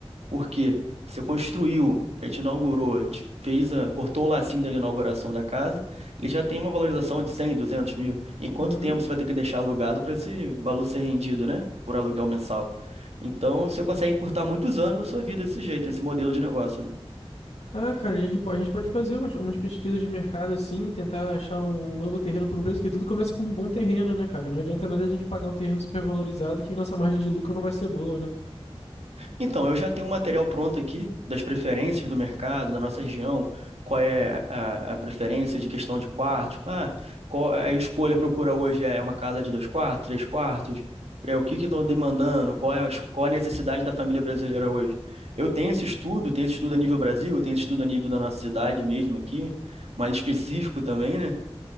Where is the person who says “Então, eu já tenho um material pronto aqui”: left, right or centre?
Right